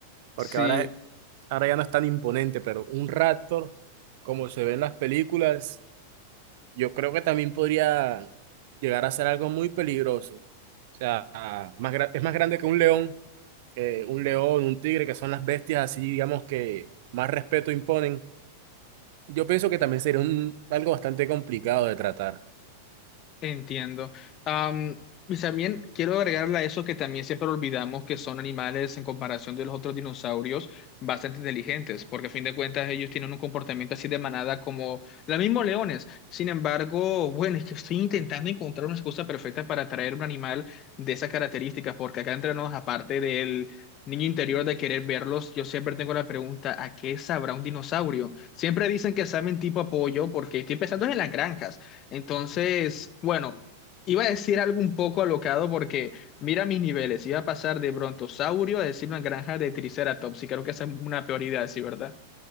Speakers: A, on the right; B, on the left.
A: porque
B: Sí,
A: ahora ahora ya no es tan imponente, pero un Raptor, como se ve en las películas, yo creo que también podría llegar a ser algo muy peligroso. O sea, más gra- es más grande que un león, eh, un león, un tigre, que son las bestias así, digamos, que más respeto imponen. Yo pienso que también sería un, algo bastante complicado de tratar.
B: entiendo. Am, y también quiero agregarle a eso que también siempre olvidamos que son animales en comparación de los otros dinosaurios bastante inteligentes, porque a fin de cuentas ellos tienen un comportamiento así de manada como los mismos leones. Sin embargo, bueno, es que estoy intentando encontrar una excusa perfecta para traer un animal de esas características, porque acá entre nos, aparte del niño interior de querer verlos, yo siempre tengo la pregunta, ¿a qué sabrá un dinosaurio? Siempre dicen que saben tipo apoyo, porque estoy pensando en las granjas. Entonces, bueno, iba a decir algo un poco alocado porque mira mis niveles, iba a pasar de brontosaurio a decir una granja de triceratops y creo que esa es una peor idea, sí, ¿verdad?